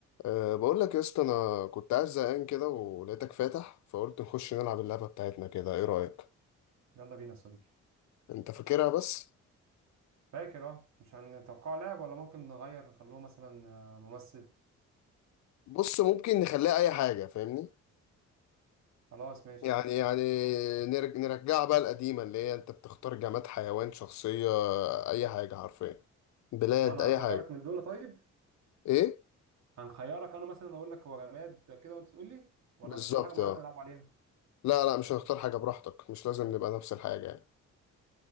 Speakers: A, on the left (about 65°); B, on the right (about 65°).
A: أه بقول لك يا اسطى انا كنت قاعد زهقان كده ولقيتك فاتح فقلت نخش نلعب اللعبه بتاعتنا كده ايه رايك
B: يلا بينا يا صديقي
A: انت فاكرها بس
B: فاكر اه مش هنتوقع لاعب ولا ممكن نغير نخلوه مثلا آه، ممثل
A: بص ممكن نخليها اي حاجه فاهمني
B: خلاص ماشي
A: يعني يعني نرج نرجعها بقى القديمه اللي هي انت بتختار جماد حيوان شخصيه اي حاجه حرفيا بلاد
B: وانا
A: اي
B: هخيرك
A: حاجه
B: من دول طيب
A: ايه
B: هنخيرك انا مثلا اقول لك هو جماد كده وانت تقول لي ولا
A: بالظبط
B: هنختار حاجه معينه
A: اه
B: نلعب عليها
A: لا لا مش هنختار حاجه براحتك مش لازم نبقى نفس الحاجه يعني